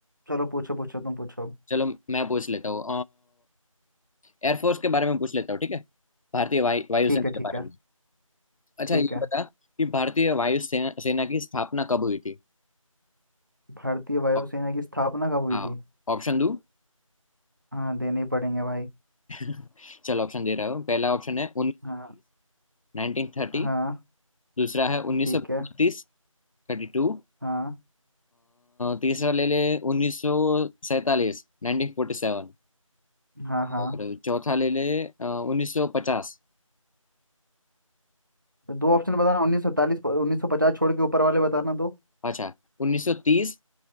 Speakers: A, on the right (about 35°); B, on the left (about 70°).
A: चलो पूछो पूछो तुम पूछो
B: चलो मैं पूछ लेता हूँ एयरफोर्स के बारे में पूछ लेता हूँ ठीक है भारतीय वायु वायुसेना
A: ठीक है ठीक
B: के बारे
A: है
B: में अच्छा
A: ठीक
B: ये
A: है
B: बता कि भारतीय वायुसेना सेना की स्थापना कब हुई थी
A: भारतीय वायुसेना
B: ऑप-
A: की स्थापना कब हुई
B: हाँ
A: थी
B: ऑप्शन दो
A: हाँ देने ही पड़ेंगे भाई
B: <laughs> चलो ऑप्शन दे रहा हूँ पहला ऑप्शन है
A: हाँ
B: 1930 1930
A: हाँ
B: दूसरा है 1932
A: ठीक है
B: 32
A: हाँ
B: तीसरा ले ले 1947 1947
A: हाँ हाँ
B: और चौथा ले ले अ, 1950
A: दो ऑप्शन बताना उन्नीस सौ उन्नीस सौ पचास छोड़ के ऊपर वाले बताना दो
B: अच्छा 1930